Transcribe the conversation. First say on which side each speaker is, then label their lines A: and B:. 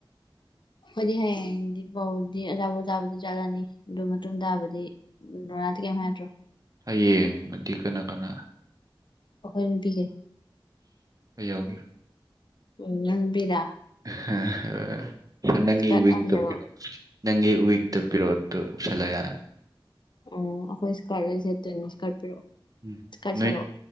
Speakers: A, on the left; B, on the right.
A: ꯍꯣꯏꯗꯤ ꯍꯌꯦꯡꯗꯤ ꯄꯥꯎꯗꯤ ꯑꯖꯥꯄꯣꯠ ꯆꯥꯕꯗꯤ ꯆꯔꯛꯑꯅꯤ ꯑꯗꯨ ꯃꯇꯨꯡ ꯇꯥꯕꯗꯤ ꯕ꯭ꯔꯥ ꯍꯥꯟꯗꯤ ꯀꯩꯝ ꯍꯥꯏꯔꯛꯇ꯭ꯔꯣ
B: ꯍꯌꯦꯡꯕꯗꯤ ꯀꯅꯥ ꯀꯅꯥ
A: ꯑꯩꯈꯣꯏ ꯅꯨꯄꯤꯒꯩ
B: ꯑꯩ ꯌꯥꯎꯒꯦ
A: ꯎꯝ ꯅꯪꯕꯤꯔ
B: ꯍ ꯍ ꯁꯦ ꯅꯪꯒꯤ
A: ꯏꯁꯀꯔꯠ
B: ꯋꯤꯛꯇꯣ
A: ꯑꯃ ꯁꯦꯠꯂꯛꯑꯣ
B: ꯄꯤꯔꯛꯑꯣ ꯁꯦ ꯅꯪꯒꯤ ꯋꯠꯇꯣ ꯄꯤꯔꯣꯛꯑꯣ ꯑꯗꯨ ꯎꯄꯁꯟꯂ ꯌꯥꯔ
A: ꯎꯝ ꯑꯩꯈꯣꯏ ꯁꯀꯔꯠ ꯂꯣꯏꯅ ꯁꯦꯠꯇꯣꯏꯅꯤ ꯁꯀꯔꯠ ꯄꯤꯔꯛꯑꯣ
B: ꯎꯝ
A: ꯀꯥꯏꯁꯦꯔꯣ
B: ꯅꯣꯏ